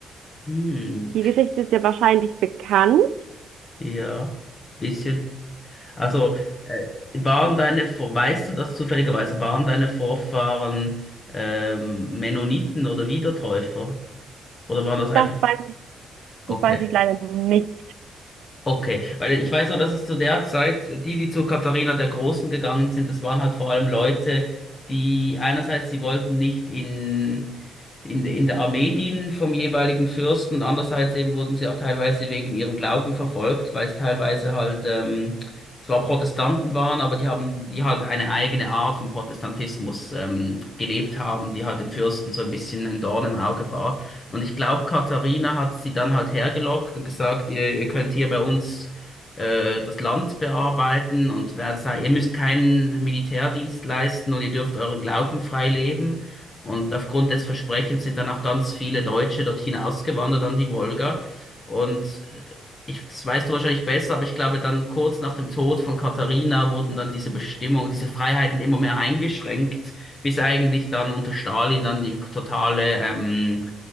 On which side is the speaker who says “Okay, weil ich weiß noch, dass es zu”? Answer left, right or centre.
Left